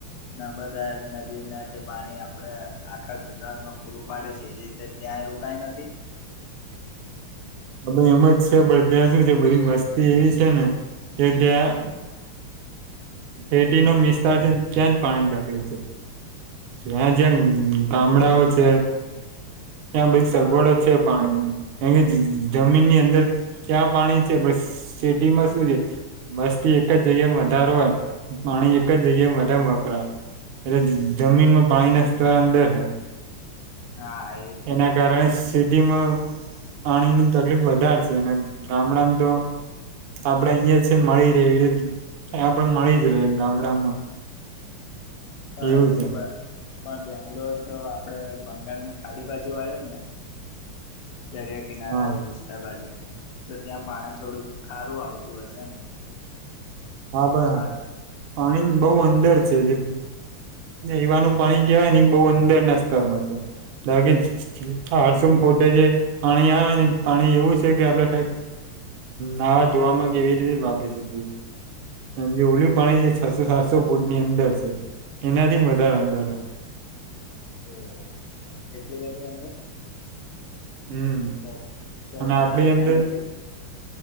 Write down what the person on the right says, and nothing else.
અ એમ જ છે પણ ત્યાં સુું છે બધી મસ્તી એવી છે ને કે ત્યાં એટી નો વિસ્તાર છે ત્યાં જ પાણીની તકલીફ છે જ્યાં જ્યાં ગામડાઓ છે. ત્યાં બછી સગવડો
છે પાણી ન કારણ કે જમીનની અંદર ત્યાં પાણી છે પણ સિટીમાં શું છે વસ્તી એક જ જગ્યા વધારો હોય પાણી એક જ જગ્યા વધમ વપરાય એટલે જમીનમાં પાણીના સ્તર અંદર હે.
એના કારણે સિટીમાં પાણીની તકલીફ વધારે છે અને ગામડામાં તો આપડે અહીયા છે મળી રહે એવીતે આપડ મળી જ ર ગામડામાં.
એવું છે
હા
બાબ.
પાણી બહું અંદર છે જે એવાનું પાણી કેહેવાય ને બહું અંદર ના સ્તરમાં છે ધ કે હરસોમ ફોટે જે પાણી આવે ને પાણી એવું છે કે આપડે કઈ નાવા ધોવામાં એવી રીતે વાપી શકીએ. એ જે ઓલું પાણી છે છસો સાતસો ફૂટની અંદર છે એનાથી વધારે અંદર.
હમ
અને
આપડી
અંદર